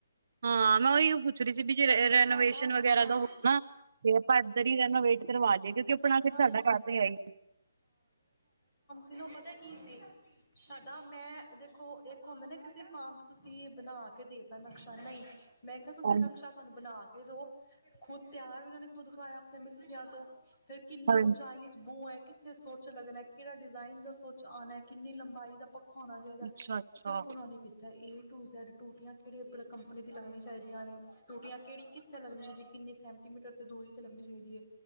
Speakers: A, on the right (about 45°); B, on the left (about 15°).
A: ਹਾਂ ਮੈਂ ਉਹੀਓ ਪੁੱਛ ਰਹੀ ਸੀ ਵੀ ਜੇ ਰੈਨੋਵੇਸ਼ਨ
B: ਸਾਡਾ
A: ਵਗੈਰਾ
B: ਹਾਂ
A: ਦਾ ਹੋ ਨਾ ਤੇ ਆਪਾਂ ਇਏਧਰ ਹੀ ਰੈਨੋਵੇਟ ਕਰਵਾ ਲਏ ਕਿਉਂਕਿ ਆਪਣਾ
B: ਸਾਡ
A: ਫਿਰ ਸਾਡਾ ਘ ਤਾਂ ਹੈ ਹੀ
B: ਤਨੂੰ ਪਤਾ ਕੀ ਸੀ ਸਾਡਾ ਮੈਂ ਦੇਖੋ ਇੱਕ ਹੁੰਦਾ ਨਾ ਕਿਸੇ ਫਾਰਮ ਤੁਸੀਂ ਬਣਾ ਕੇ ਦੇਤਾ ਨਕਸ਼ਾ ਨਹੀਂ ਮੈਂ ਕਿਹਾ ਤੁਸੀਂ
A: ਹਾਂਜੀ
B: ਨਕਸ਼ਾ ਸਾਨੂੰ ਬਣਾ ਇਹ <unintelligible> ਦੋ ਖੁਦ ਤਿਆਰ ਵੀ ਉਹਨਾਂ ਨੇ ਖੁਦ ਖਾਇਆ ਆਪਣੇ ਮਿਸੀਆਂ ਤੋਂ ਫਿਰ ਕਿੰਨੀ
A: ਹਾਂਜੀ।
B: ਉਚਾਈਆਂ 'ਚ ਬੂੰ ਹੈ ਕਿੱਥੇ ਸੋਚ ਲੱਗਣਾ ਕਿਹੜਾ ਡਿਜ਼ਾਇਨ ਦਾ ਸੋਚ, ਆਉਣਾ ਕਿੰਨੀ ਲੰਬਾਈ ਦਾ ਪ ਹੋਣਾ ਚਾਹੀਦਾ।
A: ਅੱਛਾ ਅੱਛਾ
B: ਸਭ ਬੁਰਾ ਨੀ ਕੀਤਾ ਇੱਥ ਏ ਟੂ ਜੈਡ ਟੂਟੀਆਂ ਕਿਹੜੇ ਕੰਪਨੀ ਦੀ ਲੱਗਣੀ ਚਾਹੀਦੀਆਂ ਨੇ ਟੂਟੀਆਂ ਕਿਹੜੀ ਕਿੱਥੇ ਲੱਗਣੀ ਚਾਹੀਦੀ, ਕਿੰਨੀ ਸੈਂਟੀਮੀਟਰ ਤੋਂ ਦੂਰੀ ਤੇ ਲੱਗਣੀ ਚਾਹੀਦੀ ਏ।